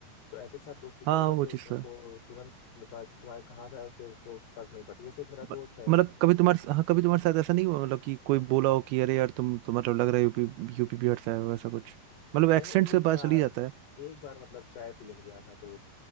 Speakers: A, on the left; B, on the right.
A: तो ऐसे के साथ दोस्ती करो
B: हाँ
A: ना
B: वो
A: जो
B: चीज
A: तुमको
B: तो है
A: तुरंत तुम्हारे तुम्हारे कहाँ से आया उससे उसको फर्क नहीं पड़ता जैसे एक मेरा दोस्त
B: म-
A: है
B: मतलब कभी तुम्हारे हाँ कभी तुम्हारे साथ ऐसा नहीं हुआ मतलब कि कोई बोला हो कि अरे यार तुम तुम्हारा लग रहा है यूपी यूपी बिहार से आए हो ऐसा कुछ मतलब एक्सेंट
A: मैंने एक
B: से पता
A: बार
B: चली जाता है
A: एक बार मतलब चाय पी लेने गया था तो